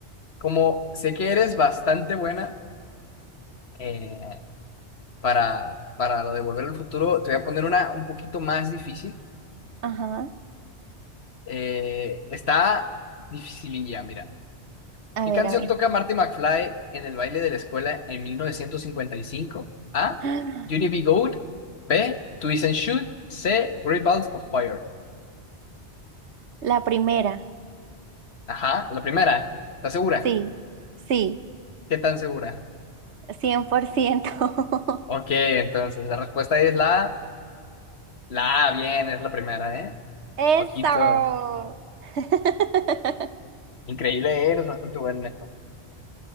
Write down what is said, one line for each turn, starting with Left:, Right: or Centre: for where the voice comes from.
Left: Como sé que eres bastante buena eh, para, para lo de volver al futuro, te voy a poner una un poquito más difícil.
Right: Ajá.
Left: Eh, está dificililla, mira.
Right: A
Left: ¿Qué
Right: ver,
Left: canción
Right: a ver.
Left: toca Marty McFly en el baile de la escuela en 1955? A.
Right: Ah,
Left: Unity Be Gold. B. Twist and Shoot. C. Great Balls of Fire.
Right: La primera.
Left: Ajá, la primera. ¿Estás segura?
Right: Sí, sí,
Left: ¿Qué tan segura?
Right: cien por ciento
Left: Ok, entonces la respuesta es la A. La A, bien, es la primera, ¿eh?
Right: <laughs> Eso.
Left: Ojito.
Right: <laughs>
Left: Increíble, ¿eh? eres bastante bueno en esto.